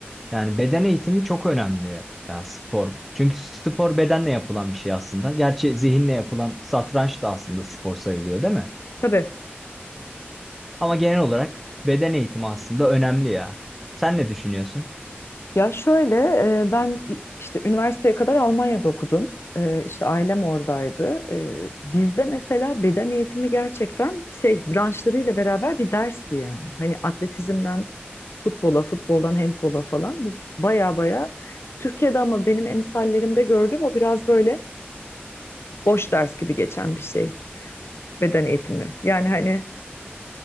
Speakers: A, in the centre; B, on the left.
A: Yani beden eğitimi çok önemli ya spor. Çünkü spor bedenle yapılan bir şey aslında. Gerçi zihinle yapılan satranç da aslında spor sayılıyor değil mi?
B: Tabii
A: Ama genel olarak beden eğitimi aslında önemli ya. Sen ne düşünüyorsun?
B: Ya şöyle e, ben işte üniversiteye kadar Almanya'da okudum. E, işte ailem oradaydı. E, bizde mesela beden eğitimi gerçekten şey branşlarıyla beraber bir dersti yani. Hani atletizmden futbola, futboldan handbola falan bu baya baya Türkiye'de ama benim emsallerimde gördüğüm o biraz böyle boş ders gibi geçen bir şey beden eğitimi. Yani hani